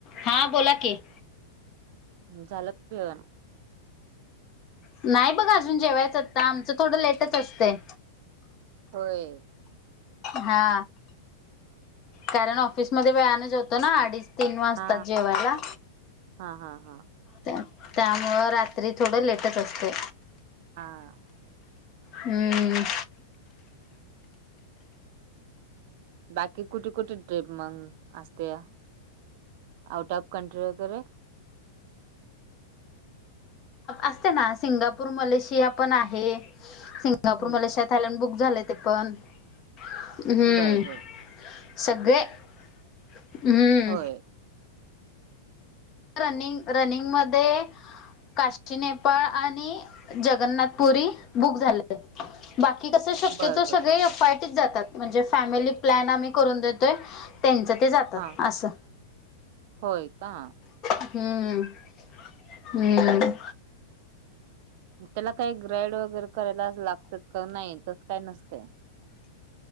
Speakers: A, on the left; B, on the right.
A: हा बोला की.
B: झाल का जेवन?
A: नाही बघा अजून जेवायचं आता. आमचं थोडं लेटच असतय.
B: होय.
A: हा.
B: हा.
A: कारण ऑफिसमध्ये वेळानं जेवतो ना. अडीच तीन वाजतात
B: हा
A: जेवायला?
B: हा हा हा
A: त्या त्यामुळं रात्री थोडं लेटच असतय?
B: हा.
A: हम्म.
B: बाकी कुठे कुठे ट्रिप मग असतया आउट ऑफ कंट्री वगैरे.
A: असते ना सिंगापूर मलेशिया पण आहे सिंगापूर
B: हम्म
A: मलेशिया. बुक झालं ते पण हम्म
B: बर बर
A: सगळे हम्म.
B: होय
A: रनिंग रनिंग मध्ये. काष्ठी नेपाळ आणि जगन्नाथपुरी बुक झालय. बाकी कस शक्यतो
B: बर
A: सगळे
B: बर
A: फाइट जातात म्हणजे फॅमिली प्लन आम्ही करून देतोय त्यांच ते जातात
B: हा
A: असं
B: होय का?
A: हम्म
B: हा
A: हम्म.
B: त्याला काही ग्रॅड वगैरे करायला लागतच का नाही तसं काय नसतय.